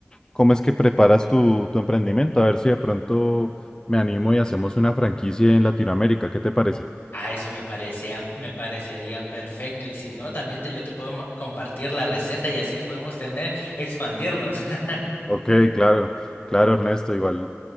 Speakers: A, on the left; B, on the left.
A: ¿Cómo es que preparas tu, tu emprendimiento? A ver si de pronto me animo y hacemos una franquicia en Latinoamérica. ¿Qué te parece?
B: A eso me parecía, me parecería perfecto y si no, también te, yo te puedo ma- compartir la receta y así podemos tener, expandirnos. <laughs>
A: Ok, claro, claro, Ernesto. Igual